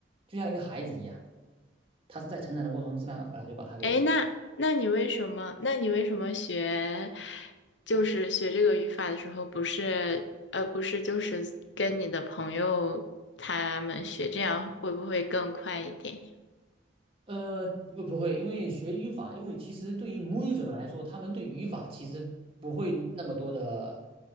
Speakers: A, on the right; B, on the left.
A: 就像一个孩子一样，他是在成长的过程中自然而然就把它给
B: 哎，那那你为什么？那你为什么学就是学这个语法的时候，不是呃不是就是跟你的朋友他们学，这样会不会更快一点呀
A: 呃，不不会，因为学语法，因为其实对于母语者来说，他们对语法其实不会那么多的，